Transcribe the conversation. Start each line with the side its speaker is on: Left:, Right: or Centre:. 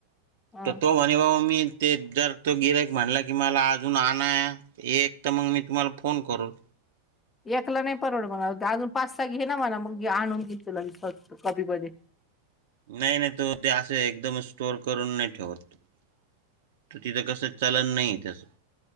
Left: हं.
Right: तर तो म्हणे बाबा मी ते जर तो गिरयक म्हणला की मला अजून आणय एक तर मग मी तुम्हाला फोन करून
Left: एकला नाही परवड मणा अजून पाचचा घे ना म्हणा मग आणून घेतुला कबी बध्ये
Right: नाही नाही तो ते असं एकदम स्टोर करून नाही ठेवत त तिथं कस चलन नाही त्याचं